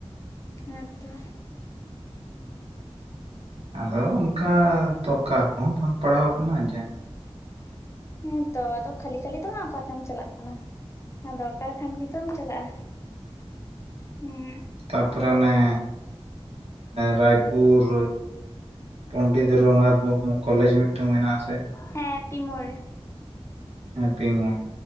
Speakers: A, on the left; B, on the right.
A: ᱦᱮᱸᱛᱚ
B: ᱟᱫᱚ ᱚᱱᱠᱟ ᱫᱚᱨᱠᱟᱨ ᱠᱚᱦᱚᱸ ᱵᱟᱝ ᱯᱟᱲᱦᱟᱣ ᱠᱟᱱᱟ ᱡᱮ
A: ᱦᱮᱸᱛᱚ ᱟᱫᱚ ᱠᱷᱟᱹᱞᱤ ᱠᱷᱟᱹᱞᱤ ᱫᱚ ᱦᱟᱸᱜ ᱚᱠᱟᱛᱮᱢ ᱪᱟᱞᱟᱜ ᱠᱟᱱᱟ ᱦᱮᱸ ᱫᱚᱨᱠᱟᱨ ᱠᱷᱟᱱ ᱜᱮ ᱛᱚᱢ ᱪᱟᱞᱟᱜᱼᱟ ᱦᱩᱸᱻ
B: ᱛᱟᱯᱚᱨᱮ ᱚᱱᱮ ᱨᱟᱭᱯᱩᱨ ᱯᱚᱱᱰᱤᱛ ᱨᱚᱜᱷᱩᱱᱟᱛᱷ ᱢᱩᱨᱢᱩ ᱠᱚᱞᱮᱡᱽ ᱢᱤᱫᱴᱟᱝ ᱢᱮᱱᱟᱜ ᱟ ᱥᱮ
A: ᱦᱮᱸ ᱯᱤ ᱢᱳᱲ
B: ᱦᱮᱸ ᱯᱤ ᱢᱳᱲ